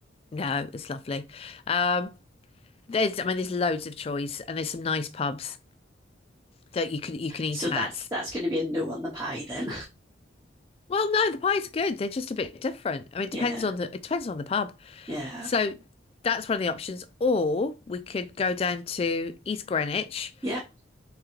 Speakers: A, on the left (about 30°); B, on the right (about 15°).
A: No, it's lovely. Um, there's, I mean, there's loads of choice, and there's some nice pubs that you can you can eat
B: So that's
A: at.
B: that's going to be a no on the pie then.
A: Well, no, the pies are good. They're just a bit different. I mean, it
B: <laughs> yeah,
A: depends on the it depends on the pub.
B: yeah,
A: So that's one of the options. Or we could go down to East Greenwich
B: yeah.